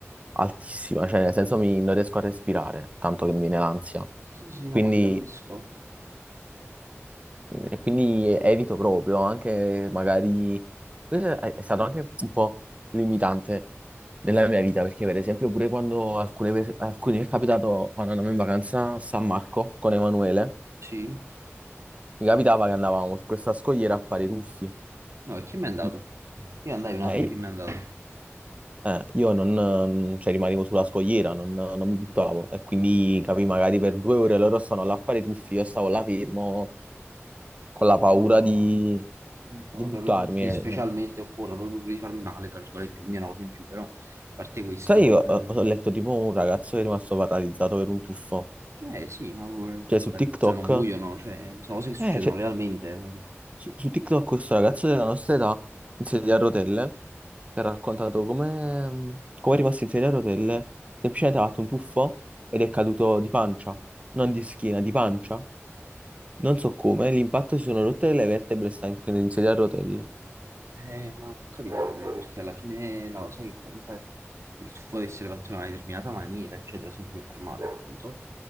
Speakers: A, on the right (about 30°); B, on the right (about 70°).
A: altissima, cioè nel senso mi, non riesco a respirare, tanto che mi viene l'ansia.
B: Sì, sì, sì, no,
A: Quindi,
B: ma ti capisco.
A: e quindi evito proprio, anche magari... Questo è è stato anche un po' limitante nella mia vita, perché per esempio pure quando alcune per- alcuni mi è capitato, quando andavamo in vacanza a San Marco con Emanuele,
B: Sì.
A: mi capitava che andavamo su questa scogliera a fare i tuffi.
B: No, e chi mi è andato?
A: I-
B: Io andai un anno,
A: eh,
B: chi mi è andato?
A: eh, io non, eh, cioè, rimanevo sulla scogliera, non, non mi buttavo e quindi capì, magari per due ore loro stanno là a fare i tuffi, io stavo là fermo con la paura
B: No,
A: di,
B: ho capito.
A: di
B: Vabbè,
A: buttarmi.
B: poi tuffi
A: eh.
B: specialmente,
A: so.
B: oppure proprio pure di farmi male, tra virgolette, quindi è una cosa in più, però, a parte questo,
A: Sai, io
B: eh,
A: eh, ho letto tipo un ragazzo che è rimasto paralizzato per un tuffo,
B: eh, sì, ma pure-
A: cioè
B: poi
A: su
B: si spartizzano,
A: TikTok.
B: muoiono, cioè, sono cose che succedono
A: Eh, c'è
B: realmente, non è che...
A: Su, su TikTok questo ragazzo della nostra età in sedia a rotelle che ha raccontato come, mm, come è rimasto in sedia a rotelle, semplicemente ha fatto un tuffo ed è caduto di pancia, non di schiena, di pancia. Non so come, l'impatto si sono rotte le vertebre, sta in, in sedia a rotelle.
B: Eh, ma può capitare, perché alla fine, no, sai che comunque il tuffo deve essere fatto in una determinata maniera, eccetera, se non ti puoi far male, appunto.